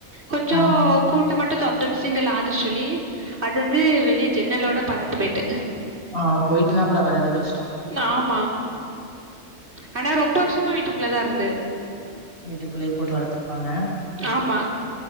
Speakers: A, on the right (about 55°); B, on the left (about 45°).
A: கொஞ்சம்
B: ஆ
A: கூ மட்டும் தொந்தடுச்சிங்களா அட்ட சொல்லி அது வந்து வெளிய ஜன்னலோட பறந்துபேட்டு
B: ஆஹ் போயிட்டு நான் அப்பறம் வரது கஷ்டம்
A: ஆமா ஆனா ரொம்ப வருஷமா விட் தூக்குள்ளதா இருந்து
B: வீட்டுக்குள்ளயே போட்டு வளர்த்துருப்பாங்க
A: ஆமா